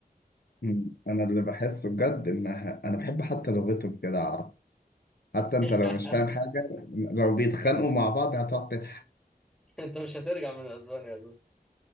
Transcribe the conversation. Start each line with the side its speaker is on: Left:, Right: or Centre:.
Left: م. انا اللي بحسه بجد انها انا بحب حتى لغتهم كده اعرف حتى انت
Centre: <laughs>
Left: لو مش فاهم حاجه لو بيتخانقوا مع بعض هتقعد
Centre: انت مش هترجع من اسبانيا يا زوز